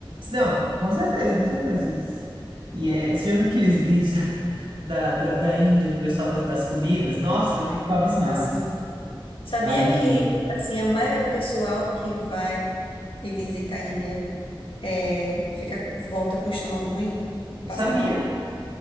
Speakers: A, on the right; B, on the left.
A: Não, com certeza, com certeza. Esses- E é, você já viu aqueles vídeos <laughs> da, da, da Índia, do pessoal das, das comidas? Nossa, eu fico abismado,
B: Assim,
A: assim.
B: sabia
A: A higiene.
B: que assim a maioria do pessoal que vai e visita a Índia é, fica volta com o estômago ruim, passa
A: Sabia,
B: mal,